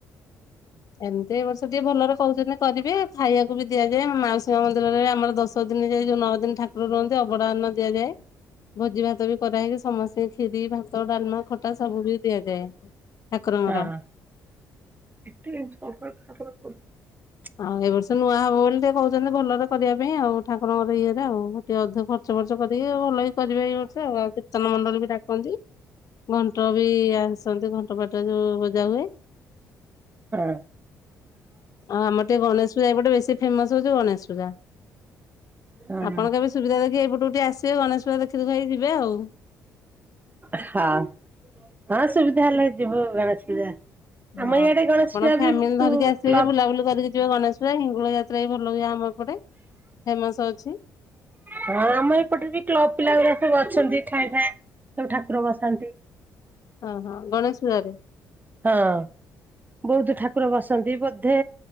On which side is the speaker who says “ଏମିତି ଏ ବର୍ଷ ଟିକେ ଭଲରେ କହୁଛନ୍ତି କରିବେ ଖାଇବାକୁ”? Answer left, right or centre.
Left